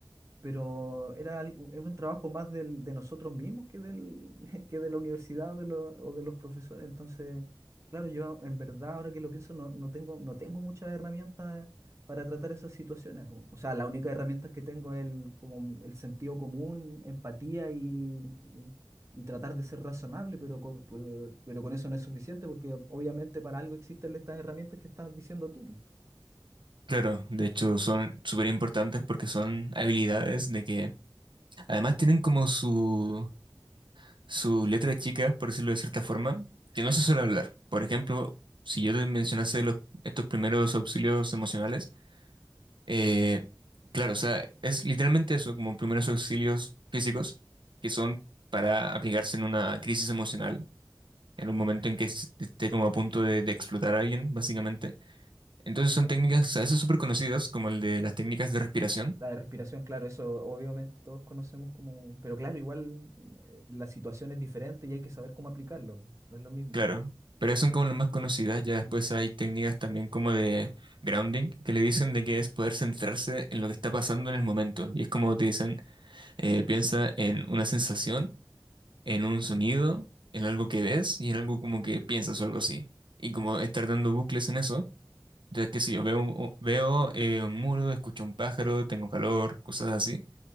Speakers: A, on the right; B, on the right.
A: pero era al- un un trabajo más del- de nosotros mismos que, del, <laughs> que de la universidad o de, lo- o de los profesores. Entonces, claro, yo en verdad, ahora que lo pienso, no, no tengo, no tengo muchas herramientas para tratar esas situaciones. po. O sea, la única herramienta que tengo es el, como el sentido común, empatía y, y- y tratar de ser razonable, pero con, pero pero con eso no es suficiente porque obviamente para algo existen estas herramientas que estás diciendo tú.
B: Claro, de hecho son súper importantes porque son habilidades de que además tienen como su, su letra chica, por decirlo de cierta forma, que no se suele hablar. Por ejemplo, si yo te mencionase los, estos primeros auxilios emocionales, eh, claro, o sea, es literalmente eso, como primeros auxilios físicos que son para aplicarse en una crisis emocional, en un momento en que est- esté como a punto de, de explotar a alguien, básicamente. Entonces son técnicas a veces súper conocidas, como el de las técnicas de respiración
A: La de respiración, claro, eso obviamente todos conocemos como, pero claro, igual eh, la situación es diferente y hay que saber cómo aplicarlo, po, no es lo mismo.
B: Claro, pero son como las más conocidas. Ya después
A: Mm.
B: hay técnicas también como de grounding, que le dicen de que es poder centrarse en lo que está pasando en el momento. Y es como te dicen, eh, piensa en una sensación, en un sonido, en algo que ves y en algo como que piensas o algo así. Y como estar dando bucles en eso. Entonces, qué sé yo, veo, un- veo eh, un muro, escucho un pájaro, tengo calor, cosas así.